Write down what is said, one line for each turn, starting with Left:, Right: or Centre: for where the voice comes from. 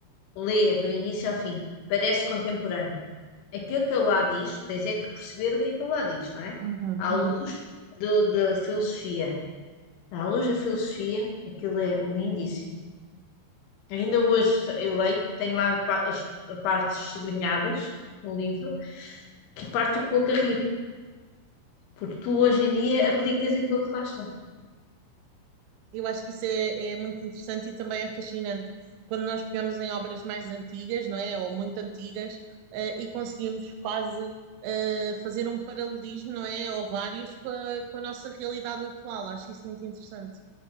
Left: Lê do início ao fim, parece contemporâneo. Aquilo que ele lá diz, tens é que perceber o que é que ele lá diz, não é?
Right: Uhum,
Left: À
Right: uhum.
Left: luz do- da filosofia. À luz da filosofia, aquilo é lindíssimo. Ainda hoje eu leio, tenho lá pa- as partes sublinhadas no livro, que parto com o carrinho, porque tu hoje em dia aplicas aquilo que lá está.
Right: Eu acho que isso é, é muito interessante e também é fascinante. Quando nós pegamos em obras mais antigas, não é? Ou muito antigas, eh, e conseguimos quase eh, fazer um paralelismo, não é? Ou vários com a, com a nossa realidade atual. Acho isso muito interessante.